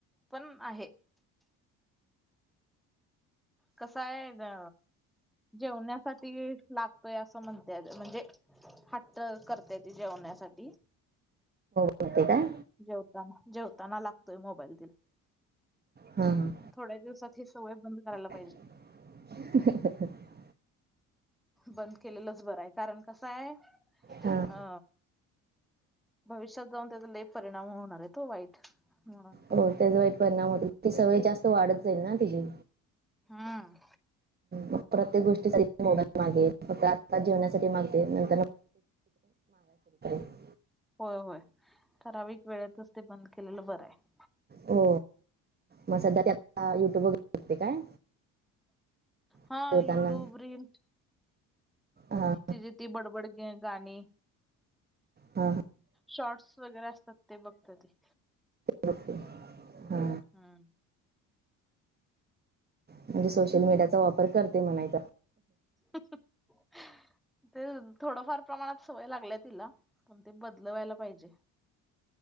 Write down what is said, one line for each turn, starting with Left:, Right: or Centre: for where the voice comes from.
Centre: पण आहे. कसय ना जेवण्यासाठी लागतोय असं म्हणतेय म्हणजे. हट्ट करताय त जेवण्यासाठी
Right: होते काय?
Centre: जेवताना जेवताना लागतोय मोबाईल.
Right: हम हम
Centre: थोड्या दिवसात ह सोय बंद कराय लाग
Right: <inaudible>
Centre: बंद केलेलंच बरं आहे कारण कस आहे
Right: हां
Centre: अ भविष्यात जाऊन त्याचाले परिणाम होणार आहे तो वाईट म्हणून
Right: हो त्याचा वाईट परिणाम होतो ती सवय जास्त वाढत जाईल ना तीजी
Centre: हम्
Right: मग प्रत्येक गोष्टीसाठी मोबाईल मागे फ आात जेवण्यासाठी मागते नंतर <unintelligible>
Centre: होय होय ठराविक वेळेतच ते बंद केलेलं बरं आहे.
Right: हो मग सध्या त्या युट्यूब व शकते काय?
Centre: हा
Right: जेवताना
Centre: युट्यूब रील
Right: हा
Centre: तिची ती बडबड ग गाणी.
Right: हा हा
Centre: शॉर्टस वगैरे असतात ते बघत ते.
Right: बघते हा
Centre: हम
Right: म्हणजे सोशल मीडियाचा वापर करते म्हणायचा.
Centre: स <unintelligible> ते थोडफार प्रमाणात सवय लागल्या तिला पण ते बदलवायला पाहिजे.